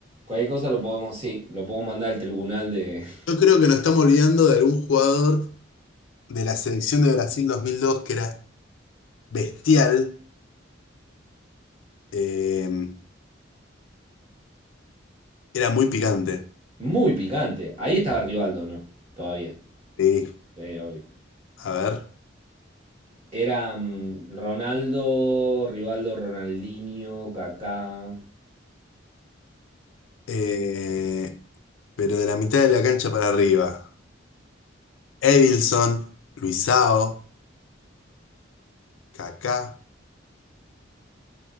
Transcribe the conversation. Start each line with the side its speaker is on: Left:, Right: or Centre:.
Right: Cualquier cosa lo podemos, sí, lo podemos mandar al tribunal de...
Left: Yo creo que nos estamos olvidando de algún jugador de la selección de Brasil 2002 que era bestial, Eh, era muy picante.
Right: <laughs> Muy picante. Ahí estaba Rivaldo, ¿no? Todavía.
Left: Sí.
Right: Sí, obvio.
Left: A ver.
Right: Era mm, Ronaldo, Rivaldo, Ronaldinho, Kaká.
Left: Eh, pero de la mitad de la cancha para arriba. Evilson, Luisao, Kaká,